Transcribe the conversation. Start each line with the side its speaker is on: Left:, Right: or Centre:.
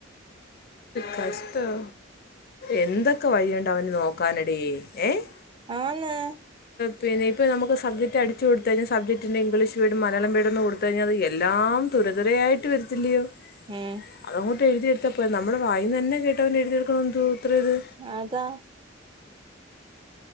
Left: കഷ്ടവ എന്തൊക്കെ വഴിയണ്ട അവന് നോക്കാനടി ഏഹ്
Right: ആന്ന്
Left: പിന്നെ ഇപ്പോ മ്മക്ക് സബ്ജക്റ്റ്ടടിച്ച് കൊടുത്ത കഴിഞാൽ സബ്ജക്റ്റൻ്റെ ഇംഗ്ലീഷ് വേഡ് മലയാളം വീഡ ഒന്ന് കൊടുത്ത കഴിഞ്ഞാത് എല്ലാം തുര തുരയായിട്ട് വരത്തില്ലയോ
Right: ഉം
Left: അതങ്ങോട്ട് എഴുതിയടുത്താ പോരെ നമ്മുടെ വായിന്ന്ന്നെ കേട്ടവൻ എഴുതിയടുക്ക എതു ഇത്ര ഇത്
Right: അതാ